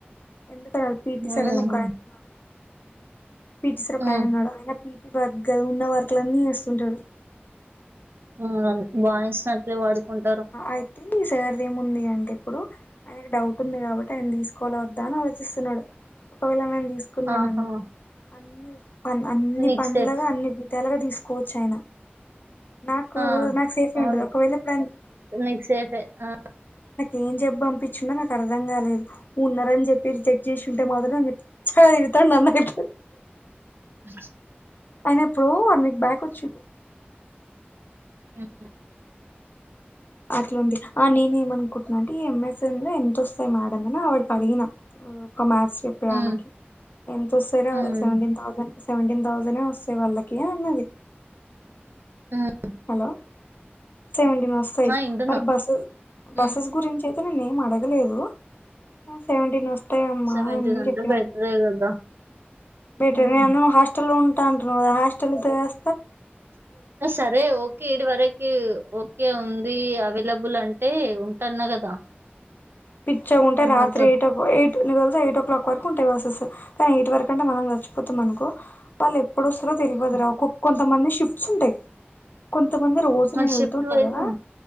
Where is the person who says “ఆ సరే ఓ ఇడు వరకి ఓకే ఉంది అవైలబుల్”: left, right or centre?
Right